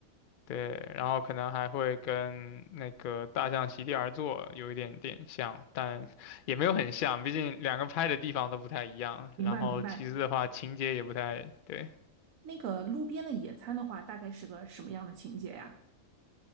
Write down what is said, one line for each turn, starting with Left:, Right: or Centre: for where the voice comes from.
Left: 对，然后可能还会跟那个《大象席地而坐》有一点点像，但也没有很像，毕竟两个拍的地方都不太一样，
Right: 明白明白。
Left: 然后其次的话，情节也不太对。
Right: 那个路边的野餐的话，大概是个什么样的情节呀？